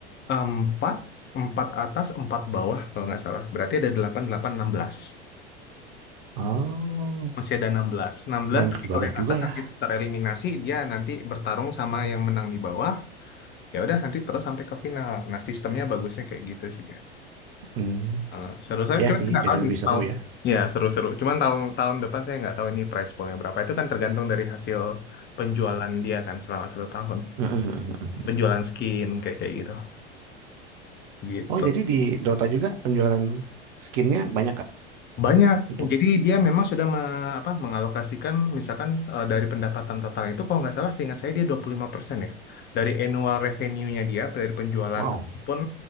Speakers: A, on the left (about 30°); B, on the right (about 55°).
A: Empat, empat atas, empat bawah kalau nggak salah. Berarti ada delapan, delapan, enam belas.
B: Oh,
A: Masih ada enam belas. Enam belas,
B: banyak
A: tapi
B: banyak
A: kalau yang
B: juga
A: atas
B: ya.
A: nanti tereliminasi, dia nanti bertarung sama yang menang di bawah. Ya udah, nanti terus sampai ke final. Nah, sistemnya bagusnya kayak gitu sih ya.
B: Hmm,
A: Eh, seru saya
B: ya
A: cuman
B: sih,
A: saya nggak
B: jadi
A: tahu
B: lebih
A: sih
B: seru
A: tahun.
B: ya.
A: Ya, seru-seru. Cuman tahun tahun depan saya nggak tahu ini price poolnya berapa. Itu kan tergantung dari hasil penjualan dia kan selama satu tahun.
B: Mm, mm, mm, mm.
A: Penjualan skin kayak kayak gitu. Gitu.
B: Oh, jadi di Dota juga penjualan skinnya banyak Kak?
A: Banyak.
B: Untuk
A: Jadi dia memang sudah me- apa, mengalokasikan misalkan eh, dari pendapatan total itu kalau nggak salah seingat saya dia 25% ya. Dari annual revenue-nya dia dari penjualan
B: wow,
A: pun